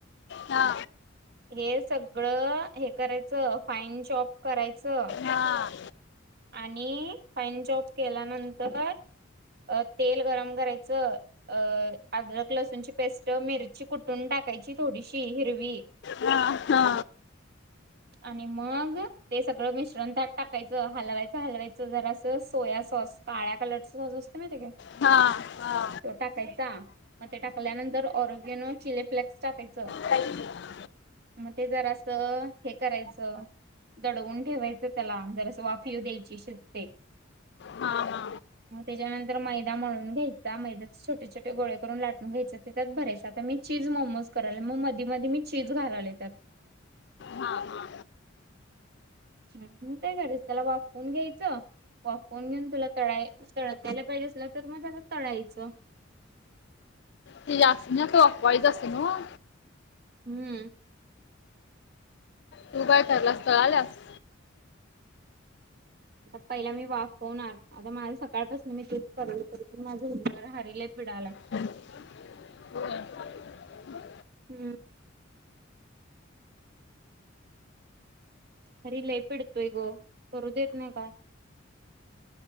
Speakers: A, on the left; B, on the right.
A: हा
B: हे सगळं हे करायचं फाईन चाप करायचं.
A: हा
B: आणि फाईन चॉप केल्यानंतर तेल गरम करायचं. अ अदरक लसूण ची पेस्ट मिरची कुठून टाकायची थोडीशी हिरवी.
A: हा हा
B: आणि मग ते सगळं मिश्रण त्याट टाकायचं. हलवायच हलवायचं जरा असं सोया सॉस काळ्या कलरचा सॉस असतो ना ते
A: हा हा
B: तो टाकायचा मग ते टाकल्यानंतर ओरगिनो चिली फ्लेक्स टाकायचं.
A: काहिली <unintelligible>
B: मग ते जर असं हे करायचं. दडवून ठेवायचं त्याला जरास वाफ येऊ द्यायची शिजते.
A: हा.
B: <inaudible> ग त्याच्यानंतर मैदा मळून घ्यायचा मैदा्याचे छोटे छोटे गोळे करून लाटून घ्यायचे ते त्याच्यात भरायच आता मी चीज मोमोज करायला मग मध्ये मध्ये मी चीज घालाले त्यात.
A: हा हा.
B: ह मग काय करायच त्याला वाफवून घ्यायचं वाफवून घेऊन तुला तळाय तळतेल पाहिजे, असला तर मग त्याला तळायचं.
A: ते यासन्या वाफवायचं असते नव्ह?
B: हम्म.
A: तू काय करायलास तळाल्यास?
B: आता पहिला मी वाफवणार आता माझ सकाळपासून तेच करालोय तरी पण माझ <unintelligible> पाडालाय.
A: हो <unintelligible>
B: हम्म. घरी लय पेडतोय ग करू देत नाही काय.